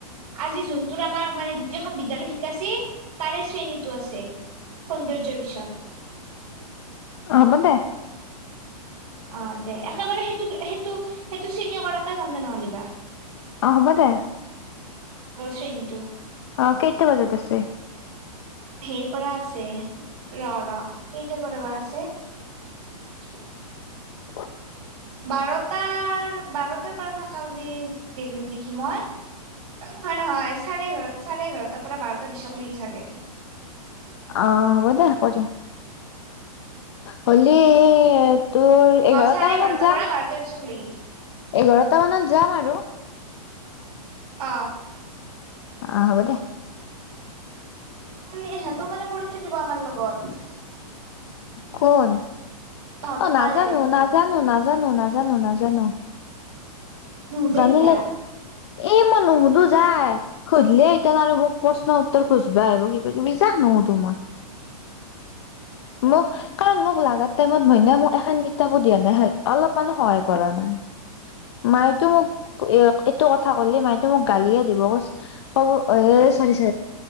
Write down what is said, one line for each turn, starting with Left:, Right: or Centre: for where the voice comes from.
Right: আজি যোনটো আমাৰ মানে দ্বিতীয়খন বিদ্যালয় শিকাইছেতাৰে শ্ৰেণীটো আছে। সৌন্দৰ্যৰ বিষয়ক।
Left: আহ হ'ব দে।
Right: অ দে একেবাৰে সেইটোক সেইটো সেইটো শ্ৰেণী কৰাকে যাম দে নহ'লেবা।
Left: আহ হ'ব দে।
Right: শ্ৰেণীটো।
Left: অ কেইটা বজাত আছে?
Right: হেৰিৰ পৰা আছে ৰ ৰ কেইটাৰ পৰা বা আছে। <unintelligible>
Left: অ
Right: বাৰটাৰ বাৰ পৰা থাকা বুলি দেখিলোঁ নেকি মই অ নহয় নহয় চাৰে ঘৰত চাৰে ঘৰত বাৰটাৰ পৰা বাৰটা বিছক লৈকে চাগে
Left: অ হ' ব দে হ'ব এতিয়া হলেই তোৰ এঘাৰটা
Right: চাৰে
Left: মানত
Right: এঘাৰটাৰ
Left: যাম
Right: পৰা বাৰটা বিশক লেগি
Left: এঘাৰটা মানত যাম আৰু
Right: অ
Left: অ হব দে
Right: কালি হেঁতও মানে পৰীক্ষা দিব আমাৰ লগত
Left: কোন
Right: তহঁতৰ
Left: অ নাজানো
Right: তাৰে
Left: নাজানো নাজানো। নাজানো নাজানো নাজানো
Right: ন উদ
Left: জানিলে
Right: কিয়া <unintelligible>
Left: এই মই নুসুধো যা সুধিলে এতিান আৰু মোক প্ৰশ্ন উত্তৰ খোজিবা আহিব কিবা কিবি যানো উ তোম
Right: <inaudible>
Left: মোক কাৰণ মোক লাগাত টাইমত মে মোক এখন কিতাপো দিয়া নাই অলপমানানো সহায় কৰা নাই।
Right: <inaudible>
Left: মায়টো মোক এ এইটো কথা কলে মায় তো মোক গালিয়ে দিব কব এ চাৰি স